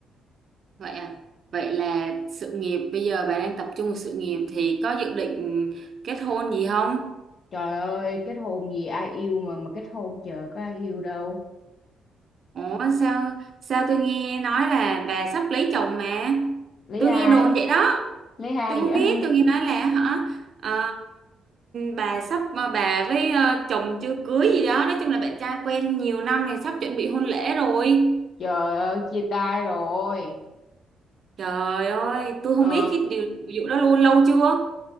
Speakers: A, on the right; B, on the left.
A: vậy à vậy là sự nghiệp bây giờ bà đang tập trung vào sự nghiệp thì có dự định kết hôn gì không
B: trời ơi kết hôn gì ai yêu mà mà kết hôn trời có ai yêu đâu
A: Ủa sao sao tôi nghe nói là bà sắp lấy chồng mà
B: lấy
A: tôi
B: ai
A: nghe đồn vậy đó
B: lấy ai
A: tôi không
B: vậy <laughs>
A: biết tôi nghe nói là hả ờ, bà sắp ờ, bà với ờ, chồng chưa cưới gì đó nói chung là bạn trai quen nhiều năm thì sắp chuẩn bị hôn lễ rồi
B: trời ơi chia tay rồi
A: trời ơi tôi không
B: ờ
A: biết cái điều vụ đó luôn lâu chưa